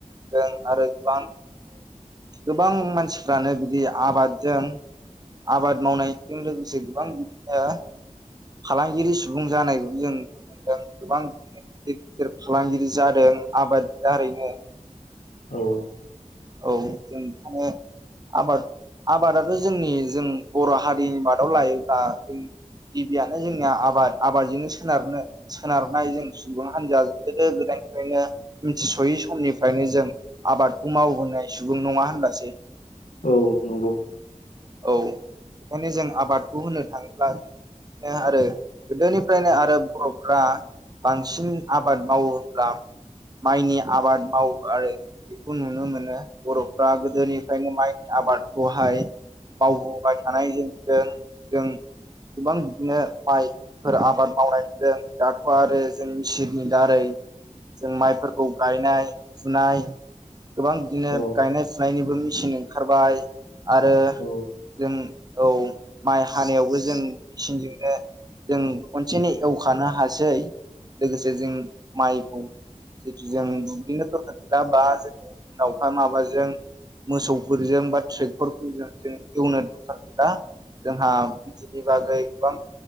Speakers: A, on the right (about 30°); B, on the left (about 90°).
A: <unintelligible> आरो गोबां गोबां मानसिफ्रानो बिदि आबादजों आबाद मावनाय बेजों लोगोसे गोबां बिदिनो फालांगिरि सुबुं जानायखौबो जों नुनो मोनदों गोबां बिदिनो गिदिर गिदिर फालांगिरि जादों आबादनि दारैनो
B: औ
A: औ जों बेखौनो आबाद आबादाथ' जोंनि जों बर' हारिनि मादाव लायोब्ला जों गिबियानो जोंनिया आबाद आबादजोंनो सोनारनो सोनारनाय जों सुबुं हान्जाया गोदो गोदायनिफ्रायनो मिथिस'यै समनिफ्रायनो जों आबादखौ मावहोनो नाय सुबुं नङा होनब्लासो
B: औ नंगौ
A: औ बेखायनो जों आबादखौ होनो थाङोब्ला आरो गोदोनिफ्रायनो आरो बर'फ्रा बांसिन आबाद मावोब्ला माइनि आबाद मावो आरो बेखौ नुनो मोनो बर'फ्रा गोदोनिफ्रायनो माइ आबादखौहाय मावबोबाय थानाय जों जों जों गोबां बिदिनो माइफोर आबाद मावनायजों दाथ' आरो जों मेसिननि दारै जों माइफोरखौ गायनाय फुनाय गोबां बिदिनो
B: औ
A: गायनाय फुनायनिबो मिसिननि ओंखारबाय आरो
B: औ
A: जों औ माइ हानायावबो जों मेसिनजोंनो जों खनसेनै एवखानो हासै लोगोसे जों माइखौ जिथु जों बिदिनो दरखार गैला बा जों दावफोर माबा जों मोसौफोरजों बा ट्रेक्टरफोरजों जों एवनो दखार गैला जोंहा बिनि बागै गोबां